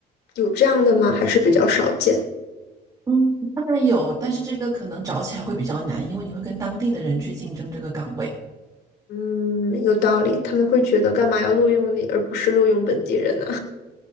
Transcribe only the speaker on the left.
有这样的吗？还是比较少见。
嗯，有道理，他们会觉得干嘛要录用你，而不是录用本地人呢？